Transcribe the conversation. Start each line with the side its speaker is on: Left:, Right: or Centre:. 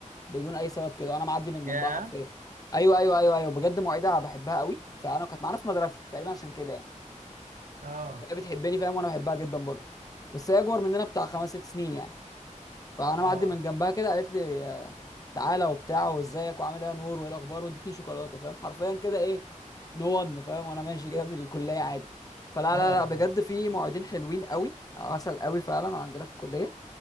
Left: بدون اي سبب كده انا معدي من
Right: يا
Left: جنبها حرفيا ايوه ايوه ايوه ايوه بجد مواعيدها بحبها قوي فانا كانت معانا في مدرسه تقريبا عشان كده يعني
Right: اه
Left: فهي بتحبني فاهم وانا بحبها جدا برضه بس هي اكبر مننا بتاع خمس ست سنين يعني فانا
Right: اه
Left: معدي من جنبها كده قالت لي آه، تعالى وبتاع وازيك وعامل ايه يا نور وايه الاخبار وادتني شوكولاته فاهم حرفيا كده ايه نو ون فاهم وانا ماشي كده في الكليه عادي فلا
Right: اه
Left: لا لا بجد في معيدين حلوين قوي عسل قوي فعلا عندنا في الكليه